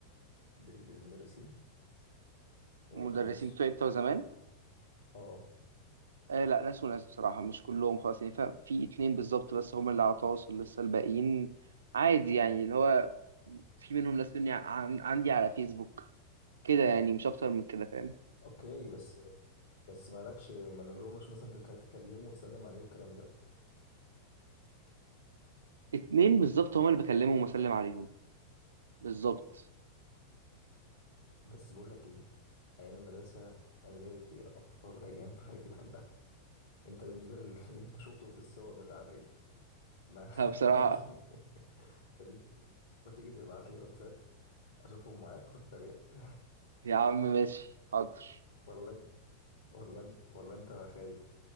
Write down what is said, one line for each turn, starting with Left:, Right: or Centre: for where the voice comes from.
Left: بال... بالمدرسين ولا
Right: المدرسين
Left: خلاص
Right: بتوعي بتوع زمان
Left: اه
Right: آه لا ناس وناس بصراحة مش كلهم خلاص يعني فاهم؟ في اتنين بالظبط بس هما اللي على تواصل لسه الباقيين عادي يعني اللي هو في منهم ناس مني عن- عندي على فيسبوك كده يعني مش اكتر من كده فاهم
Left: اوكي بس بس مالكش ما لو لو مش مثلا تك- تكلمه وتسلم عليه والكلام ده
Right: اتنين بالظبط هما اللي بكلمهم واسلم عليهم بالظبط
Left: بس بقول لك ايه ايام المدرسه ما زالت هي اكتر ايام في حياتي بحبها انت بالنسبه للي <laughs> انت شفته في الصور بتاعتك دي ما,
Right: ها،
Left: <laughs>
Right: بصراحة
Left: ما تيجي <laughs> ما تيجي ما تيجي تبعت لي واتساب اشوفهم معاك واتريق <laughs>
Right: يا عم ماشي حاضر
Left: ولا انت ولا انت ولا انت خايف